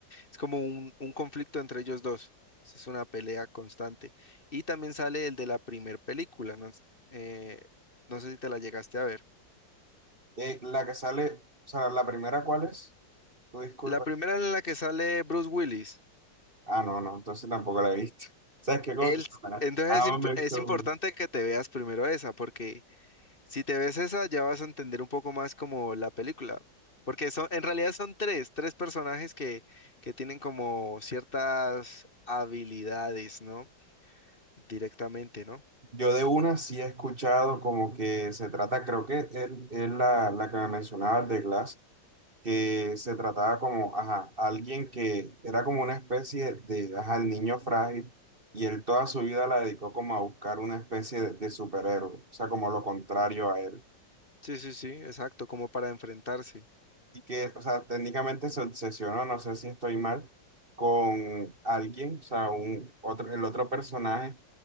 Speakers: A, on the left; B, on the right.
A: Es como un, un conflicto entre ellos dos. Es una pelea constante. Y también sale el de la primer película. No, s- eh, no sé si te la llegaste a ver.
B: Eh, la que sale, o sea, la primera ¿cuál es? Tú disculpa.
A: La primera en la que sale Bruce Willis.
B: Ah, no, no, entonces tampoco la he visto. <laughs> ¿Sabes qué? Como
A: Él,
B: te-
A: entonces
B: Ah,
A: es, imp-
B: me he
A: es
B: visto
A: importante
B: una.
A: que te veas primero esa, porque si te ves esa ya vas a entender un poco más como la película. Porque son, en realidad son tres, tres personajes que, que tienen como ciertas habilidades, ¿no? Directamente, ¿no?
B: Yo de una sí he escuchado como que se trata, creo que es, es la, la que me mencionabas de Glass que se trataba como, ajá, alguien que era como una especie de, ajá, el niño frágil, y él toda su vida la dedicó como a buscar una especie de, de superhéroe, o sea, como lo contrario a él.
A: Sí, sí, sí, exacto, como para enfrentarse.
B: Y que, o sea, técnicamente se obsesionó, no sé si estoy mal, con alguien, o sea, un, otro, el otro personaje